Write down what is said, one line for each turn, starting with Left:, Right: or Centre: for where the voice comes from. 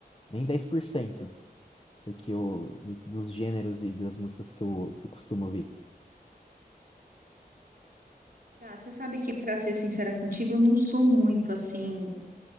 Left: nem 10% do que eu, dos gêneros e das músicas que eu, que eu costumo ouvir.
Right: Gá, você sabe que, para ser sincera contigo, eu não sou muito assim.